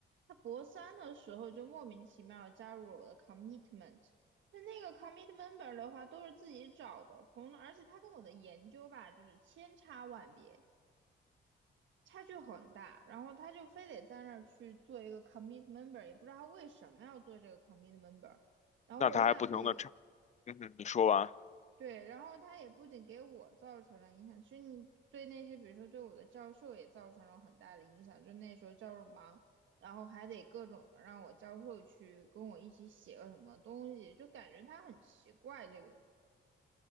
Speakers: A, on the right; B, on the left.
A: 他博三的时候就莫名其妙地加入了我的 commitment，但那个 c o m m i t m e m b e r 的话都是自己找的，从而且他跟我的研究吧，就是千差万别。差距很大，然后他就非得在那儿去做一个 commit member，也不知道他为什么要做这个 commit member。然后我们俩的也
B: 那他还不停的插，嗯哼，你说完，
A: 对，然后他也不仅给我造成了影响，其实你对那些比如说对我的教授也造成了很大的影响。就那时候教授忙，然后还得各种的让我教授去跟我一起写个什么东西，就感觉他很奇怪这个人。